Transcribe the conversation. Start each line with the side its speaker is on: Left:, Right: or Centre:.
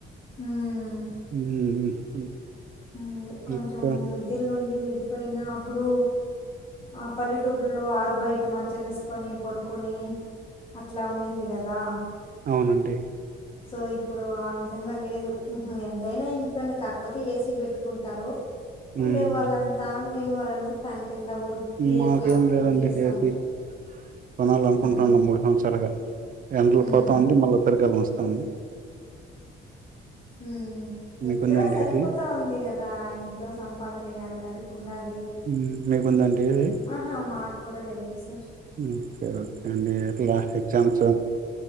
Left: ఉమ్
Right: ఉమ్ <unintelligible>
Left: అదే కొంచెం
Right: ఇంకా
Left: మిద్లు ఉన్ అడి మెతిపోన అప్పుడు ఆ పల్లెటూరులో ఆరు బయట మంచలే వేసుకొని పడుకొని అట్లా ఉన్నింది కదా.
Right: అవునండి.
Left: సో ఇప్పుడు ఆ విధంగా లేదు ఎంతైనా ఇంట్లోనే కాకపోతే ఏసీ పెట్టుకున్ తరు ఉండే
Right: ఉమ్
Left: వాళ్ళంతా. లేని వా వళ్ళందరు ఫ్యాన్ కింద ఉడిక్కి
Right: మాకేం
Left: అట్లా
Right: లేదండి
Left: ఇది చేస్తా
Right: ఏసీ
Left: ఉంటారు.
Right: కొనాలనుకుంటున్నాం
Left: ఉమ్,
Right: మూడు సంవత్సరాలుగా. ఎండ్రలు
Left: ఉమ్,
Right: పోతా ఉంది మళ్ళీ తరకాలలు వస్తంది పండి
Left: ఉమ్
Right: మీకుందా
Left: ఎక్కడ
Right: అండి
Left: సరిపోతా
Right: ఏసీ
Left: ఉంది కదా ఇంట్లో సంపాదన ఎడికి ఆడికి ఉనద్ధి
Right: ఉమ్ మీకుందండి ఆది
Left: ఆహా మాకు కూడా లేదుస్
Right: ఓకే ఓకే అండి ఎలా ఎక్జామ్స్